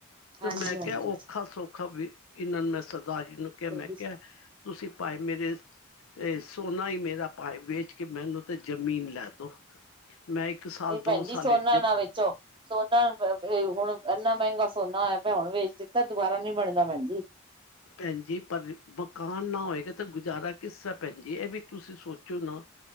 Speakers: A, on the left (about 80°); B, on the right (about 25°).
A: ਤੇ
B: ਹਾਂਜੀ
A: ਮੈਂ ਕੇਆ
B: ਹਾਂਜੀ
A: ਓਖਾ ਸੋਖਾ <unintelligible> ਦਾ ਜੀ ਨੂੰ ਕੇਆ
B: ਨਹੀਂ
A: ਮੈ ਕੇਆ ਤੁਸੀਂ ਭਾਈ ਮੇਰੇ ਇਹ ਸੋਨਾ ਈ ਮੇਰਾ ਭਾਏ ਵੇਚ ਕੇ ਮੈਨੂੰ ਤੇ ਜਮੀਨ ਲੈ ਦੋ ਮੈਂ ਇੱਕ ਸਾਲ
B: ਨਈ
A: ਦੋ
B: ਭੈਨਜੀ
A: ਸਾਲ
B: ਸੋਨਾ
A: ਜ
B: ਨਾ ਵੇਚੋ ਸੋਨਾ ਅ ਏ ਹੁਣ ਏਨਾ ਮੈਂਗਾ ਸੋਨਾ ਹੋਏਆ ਪੇਆ, ਹੁਣ ਵੇਚ ਦਿੱਤਾ ਦੁਬਾਰਾ ਨੀ ਬਣਨਾ ਭੈਨ ਜੀ
A: ਭੈਨ ਜੀ, ਪਰ ਮਕਾਨ ਨਾ ਹੋਏਗਾ ਤੇ ਗੁਜਾਰਾ ਕਿਸਰਾ ਭੈਨ ਜੀ? ਐਵੀ ਤੁਸੀ ਸੋਚੋ ਨਾ